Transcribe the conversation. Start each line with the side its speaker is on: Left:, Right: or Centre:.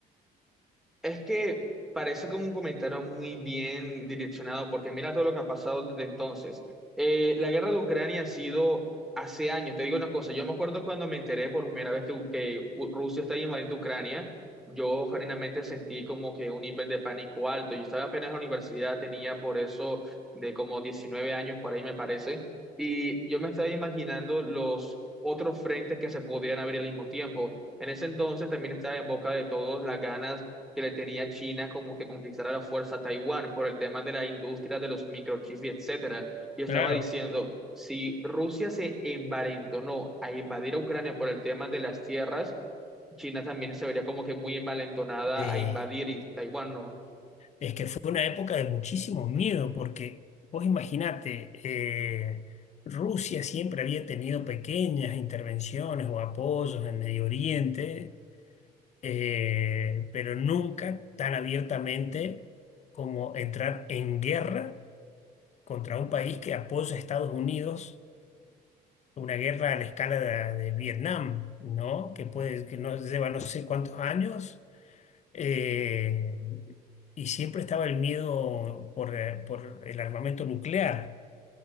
Centre: Es que parece como un comentario muy bien direccionado, porque mira todo lo que ha pasado desde entonces. Eh, la guerra de Ucrania ha sido hace años. Te digo una cosa, yo me acuerdo cuando me enteré por primera vez que, que U- Rusia está invadiendo Ucrania, yo genuinamente sentí como que un nivel de pánico alto. Yo estaba apenas en la universidad, tenía por eso de como 19 años por ahí me parece, y yo me estaba imaginando los otros frentes que se podrían abrir al mismo tiempo. En ese entonces también estaba en boca de todos las ganas que le tenía China como que conquistara la fuerza a Taiwán por el tema de la industria de los microchips y etcétera. Y estaba
Left: Claro.
Centre: diciendo, si Rusia se envalentonó a invadir a Ucrania por el tema de las tierras, China también se vería como que muy envalentonada
Left: eh,
Centre: a invadir y Taiwán, ¿no?
Left: Es que fue una época de muchísimo miedo, porque vos imaginate, eh, Rusia siempre había tenido pequeñas intervenciones o apoyos en Medio Oriente, eh, pero nunca tan abiertamente como entrar en guerra contra un país que apoya a Estados Unidos, una guerra a la escala de, de Vietnam, ¿no? Que puede, que no lleva no sé cuántos años eh, y siempre estaba el miedo por, eh, por el armamento nuclear.